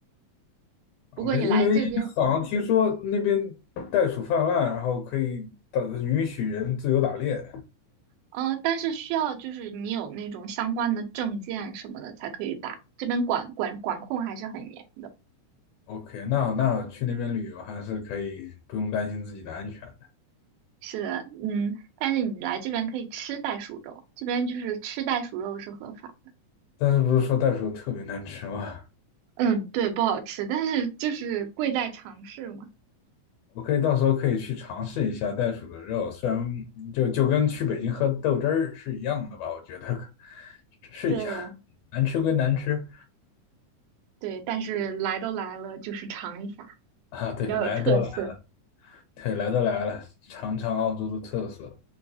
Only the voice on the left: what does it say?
OK，
因为好像听说那边袋鼠泛滥，然后可以打允许人自由打猎。
OK，那那去那边旅游还是可以不用担心自己的安全的。
但是不是说袋鼠特别难吃吗？
我可以到时候可以去尝试一下袋鼠的肉，虽然就就跟去北京喝豆汁儿是一样的吧，我觉得可试一下，
难吃归难吃
啊，对，
来都来了，对，来都来了，尝尝澳洲的特色。